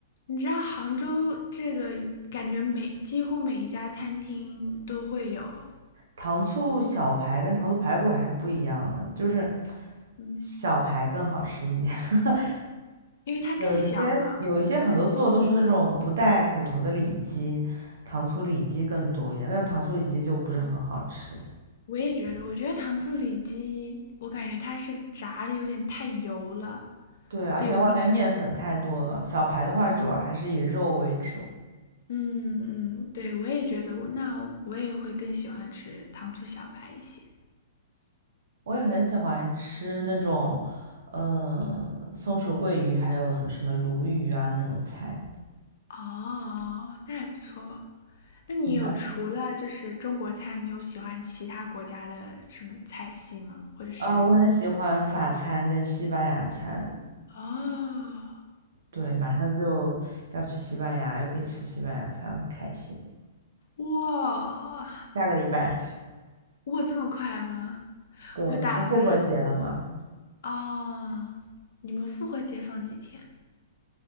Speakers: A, on the left (about 55°); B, on the right (about 60°).
A: 你知道杭州这个感觉每几乎每一家餐厅都会有，
B: 糖醋小排跟糖醋排骨还是不一样的，就是 <tsk>
A: 嗯，
B: 小排更好吃一点。<laughs>
A: 因为它更小嘛。
B: 有一些有一些很多做的都是那种不带骨头的里脊，糖醋里脊更多一点，那种糖醋里脊就不是很好吃。
A: 我也觉得，我觉得糖醋里脊，我感觉它是炸的有点太油了，
B: 对，而且外面面粉太多了。
A: 对于我来说。
B: 小排的话，
A: 嗯
B: 主要还是以肉为主。
A: 嗯嗯，对，我也觉得我，那我也会更喜欢吃糖醋小排一些。
B: 我也很喜欢吃那种，嗯，松鼠桂鱼，还有什么鲈鱼啊那种菜。
A: 哦，那还不错。那你有除了就是中国菜，
B: 你呢？
A: 你有喜欢其他国家的什么菜系吗？或者是
B: 啊，我很喜欢法餐跟西班牙餐。
A: 哦。
B: 对，马上就要去西班牙，又可以吃西班牙餐，很开心。
A: 哇
B: 下个礼拜，
A: 哇，这么快吗？
B: 对，
A: 我打算
B: 马上复活节了嘛，
A: 哦，你们复活节放几天？